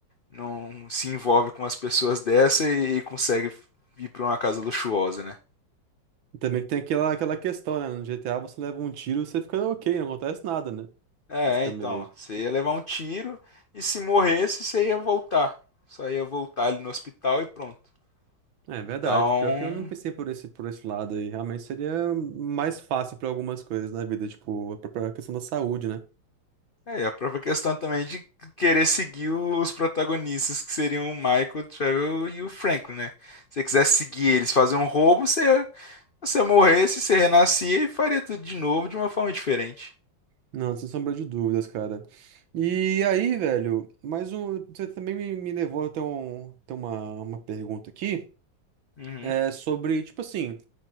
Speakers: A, on the left; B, on the right.
A: num se envolve com as pessoas dessa e, e consegue ir para uma casa luxuosa, né?
B: E Também que tem aquela, aquela questão, né? No GTA você leva um tiro, você fica ok, não acontece nada, né?
A: É,
B: Basicamente.
A: então, você ia levar um tiro e se morresse, você ia voltar. Só ia voltar ali no hospital e pronto.
B: É verdade.
A: Então,
B: Pior que eu não pensei por esse, por esse lado aí. Realmente seria mais fácil para algumas coisas na vida, tipo a própria questão da saúde, né?
A: é a própria questão também de querer seguir os protagonistas, que seriam o Michael, o Trevor e o Franklin, né? Se você quisesse seguir eles, fazer um roubo, você, você morresse, você renascia e faria tudo de novo de uma forma diferente.
B: Não, sem sombra de dúvidas, cara. E aí, velho, mais um. Você também me, me levou até um, ter uma, uma pergunta aqui.
A: Uhum.
B: É sobre, tipo assim.